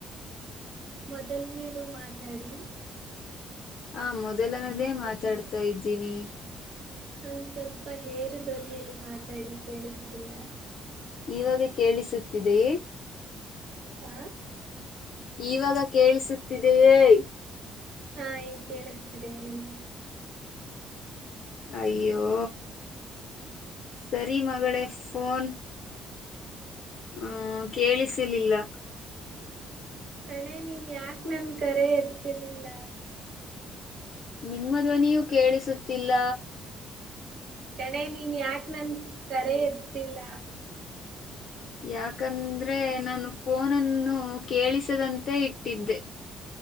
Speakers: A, on the right (about 45°); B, on the left (about 45°).
A: ಮೊದಲನೇದು ಮಾತಾಡಿ.
B: ಹಾ- ಮೊದಲನದೇ ಮಾತಾಡ್ತಾ ಇದ್ದೀನಿ.
A: ಒಂದ ಸ್ವಲ್ಪ ಹೇರು ಧ್ವನಿಯಲ್ಲಿ ಮಾತಾಡಿ ಕೇಳಿಸ್ತಿಲ್ಲ.
B: ಇವಾಗ ಕೇಳಿಸುತ್ತಿದೆಯೇ.
A: ಹ
B: ಈವಾಗ ಕೇಳಿಸುತ್ತಿದೆಯೇ.
A: ಹಾ- ಈ- ಕೇಳಿಸ್ತಿದೆ ಹೇಳಿ.
B: ಅಯ್ಯೋ ಸರಿ ಮಗಳೇ ಫೋನ್. ಹ್ಮ -ಕೇಳಿಸಲಿಲ್ಲ.
A: ಕಣೆ ನೀನ್ ಯಾಕ ನನ್ ಕರೆ ಎರ್ತಿಲಿಲ್ಲ.
B: ನಿಮ್ಮ ಧ್ವನಿಯೂ ಕೇಳಿಸುತ್ತಿಲ್ಲ.
A: ಕಣೆ ನೀನ್ ಯಾಕ ನನ್ ಕರೆ ಎದ್ದಿಲ್ಲ.
B: ಯಾಕಂದ್ರೆ ನಾನು ಫೋನನ್ನು ಕೇಳಿಸದಂತೆ ಇಟ್ಟಿದ್ದೆ.